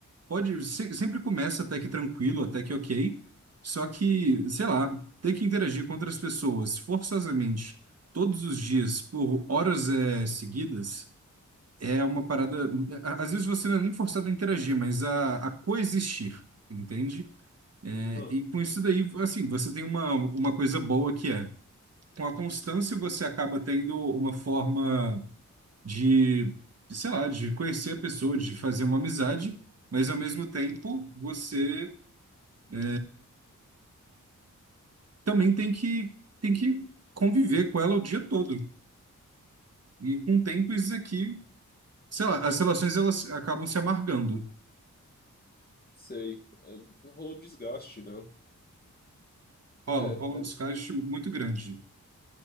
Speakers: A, on the right; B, on the left.
A: Pode, se- sempre começa até que tranquilo, até que ok. Só que, sei lá, ter que interagir com outras pessoas forçosamente todos os dias por horas eh, seguidas é uma parada. a- Às vezes você não é nem forçado a interagir, mas a, a coexistir, entende? É,
B: Ah.
A: e com isso daí, assim, você tem uma, uma coisa boa que é, com a constância você acaba tendo uma forma de, sei lá, de conhecer a pessoa, de fazer uma amizade, mas ao mesmo tempo você é, também tem que, tem que conviver com ela o dia todo. E com o tempo isso aqui, sei lá, as relações elas acabam se amargando.
B: Sei. É, rolou desgaste, né?
A: Rola,
B: É,
A: rola um desgaste muito grande.